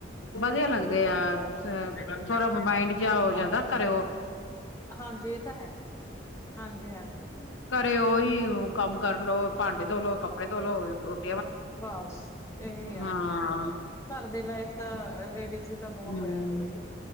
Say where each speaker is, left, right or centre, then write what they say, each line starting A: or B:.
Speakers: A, on the left; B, on the left.
A: ਬਧੀਆ ਲੱਗਦੇ ਆ ਸ ਥੋੜਾ ਮਾਇੰਡ ਜੇਆ ਹੋ ਜਾਂਦਾ ਘਰੋ।
B: ਹਾਂਜੀ ਏ ਤਾ ਹੈ ਹਾਂਜੀ, ਹਾਂਜੀ।
A: ਘਰੇ ਓਹੀ ਓ ਕੰਮ ਕਰ ਲੋ, ਭਾਂਡੇ ਧੋ ਲੋ, ਕੱਪੜੇ ਧੋ ਲੋ, ਰੋਟ
B: ਬਸ ਏਹੇ ਆ
A: ਹਾਂ
B: ਏਹੇ ਆ। ਘਰ ਦੀ ਲਾਈਫ ਤਾਂ ਲੇਡੀਜ਼ ਦੀ ਤਾ ਬੋਰ
A: ਹੂੰ।
B: ਹੋ ਜਾਂਦੀ ਏ